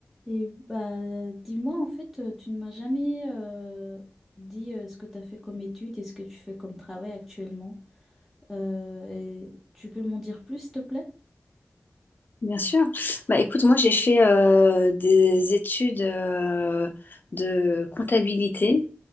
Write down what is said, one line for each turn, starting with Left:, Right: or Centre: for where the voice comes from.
Centre: Et bah, dis-moi, en fait, euh, tu ne m'as jamais euh, dit euh, ce que tu as fait comme étude et ce que tu fais comme travail actuellement. Euh, et tu peux m'en dire plus, s'il te plaît?
Left: Bien sûr. Bah, écoute, moi j'ai fait euh, des études euh, de comptabilité